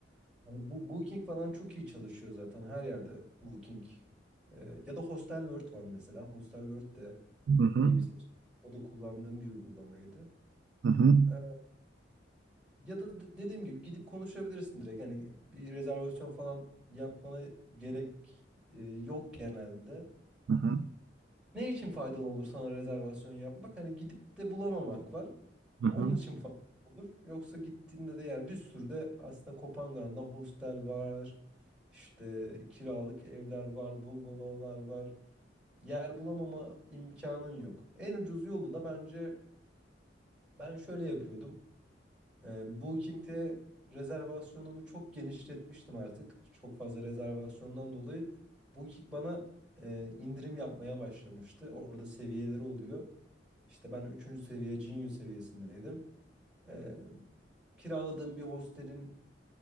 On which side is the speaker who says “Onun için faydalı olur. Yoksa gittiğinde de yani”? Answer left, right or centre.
Centre